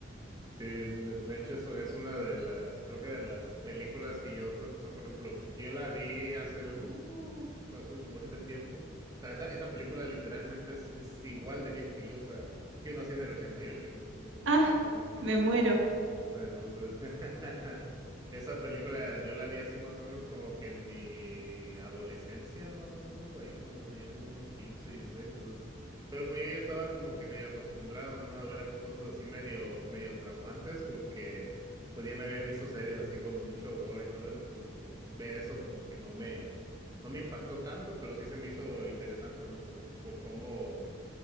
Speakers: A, on the right (about 20°); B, on the right (about 70°).
A: sí, De de hecho, eso es una de las, creo que de las películas que yo, o sea, por ejemplo, porque yo la vi hace, uh, hace un buen de tiempo. O sea, esa, esa película literalmente es, es igual de vieja que yo, o sea, yo nací en el 88, o sea, entonces
B: Ah,
A: imagínate.
B: me muero.
A: O sea, entonces, <laughs> esa película yo la vi así más o menos como que en mi adolescencia, más o menos, ahí cuando tenía como unos 15 y 16, entonces, pero pues yo ya estaba como que medio acostumbrado, ¿no? A ver a cosas así medio, medio traumantes, porque pues ya me había visto series así con mucho gore y todo eso, entonces pues ver eso como que no me, no me impactó tanto, pero sí se me hizo interesante, ¿no? Por, por cómo